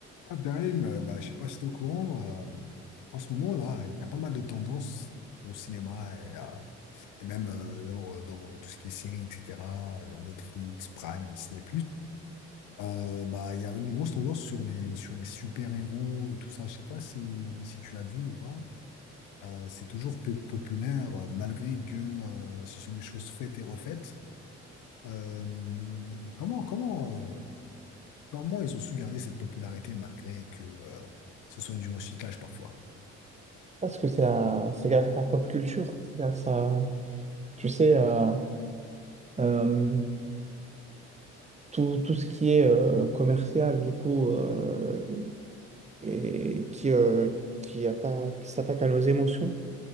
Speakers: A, on the left (about 60°); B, on the right (about 20°).
A: Abderrahim, euh, bah, je sais pas si tu es au courant, euh, en ce moment là, il y a pas mal de tendances au cinéma et, euh, et même euh, genre, euh, dans tout ce qui est séries, etc., euh, genre Netflix, Prime, Disney+. Euh, bah, il y a une grosse tendance sur les, sur les super-héros et tout ça. Je sais pas si, si tu l'as vu ou pas. Euh, c'est toujours peu- populaire euh, malgré que euh, ce sont des choses faites et refaites. Euh, comment, comment, euh, Comment ils ont su garder cette popularité malgré que euh, ce soit du recyclage parfois?
B: Parce que c'est à- c'est grâce à la pop culture, c'est grâce à, tu sais, à, euh, tout, tout ce qui est euh, commercial, du coup, euh, et qui, euh, qui attaque, qui s'attaque à nos émotions,